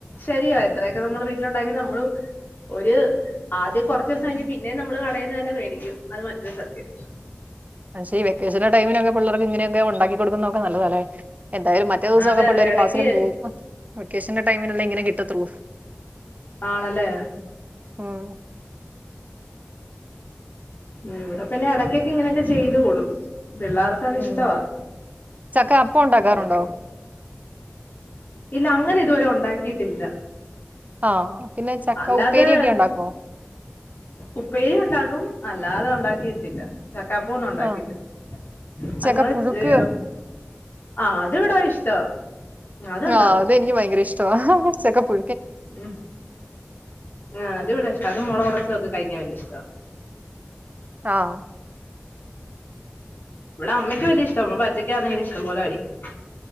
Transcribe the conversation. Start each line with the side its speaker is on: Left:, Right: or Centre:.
Left: ശരിയായി അത്രയൊക്കെ നമ്മള് വീട്ടിലുണ്ടാക്കി നമ്മള് ഒരു ആദ്യം കുറച്ച് ദിവസം കഴിഞ്ഞു പിന്നെ നമ്മള് കടയിൽന്ന് തന്നെ മേടിക്കും അത് മറ്റൊരു സത്യം
Right: പക്ഷേ ഈ വെക്കേഷന്റെ ടൈമിനൊക്കെ പിള്ളേർക്ക് ഇങ്ങനെയൊക്കെ ഉണ്ടാക്കി കൊടുക്കുന്നൊക്കെ നല്ലതാല്ലേ എന്തായാലും മറ്റേ ദിവസൊക്കെ
Left: അതെ
Right: പിള്ളേര്
Left: അതെ എടക്ക്
Right: ക്ലാസ്സിലും പോവും വെക്കേഷന്റെ ടൈമിനല്ലേ ഇങ്ങനെ കിട്ടത്തുള്ളൂ
Left: ആണല്ലേ
Right: ഉം.
Left: ഇവിട പിന്നെ എടക്കൊക്കെ ഇങ്ങനെയൊക്കെ ചെയ്ത് കൊടുക്കും പിള്ളേർക്ക് അത്
Right: ഉം
Left: ഇഷ്ടവാ
Right: ചക്ക അപ്പം ഉണ്ടാക്കാറുണ്ടോ?
Left: പിന്നെ പു- ഇല്ല അങ്ങനെ ഇതുവരെ ഉണ്ടാക്കിയിട്ടില്ല
Right: ആഹ് പിന്നെ ചക്ക
Left: അല്ലാതെ
Right: ഉപ്പേരിയൊക്കെ ഉണ്ടാക്കോ?
Left: ഉപ്പേരി ഉണ്ടാക്കും അല്ലാതെ ഉണ്ടാക്കിയിട്ടല്ല ചക്കപ്പം ഒന്നും ഉണ്ടാക്കിട്ടില്ല
Right: ആഹ്. ചക്ക
Left: അല്ലാതെ
Right: പുഴുക്ക്
Left: ഇ അത് ഇവടാ ഇഷ്ടവാ അതുണ്ടാക്കും
Right: ആ അതെനിക്ക് ഭയങ്കര ഇഷ്ടമാണ് ചക്കപു
Left: ഉം ആ അതവിടെ ഇഷ്ടാഅത് മുള കൊട ഒക്കെ കഴിക്കാൻ വേണ്ടി ഇഷ്ടോ
Right: ആഹ്.
Left: ഇവിടെ അമ്മയ്ക്ക് വലിയ ഇഷ്ടമാ പച്ചക്ക അന്നെങ്കിലും ഇഷ്ടം പോലെ കഴിക്കും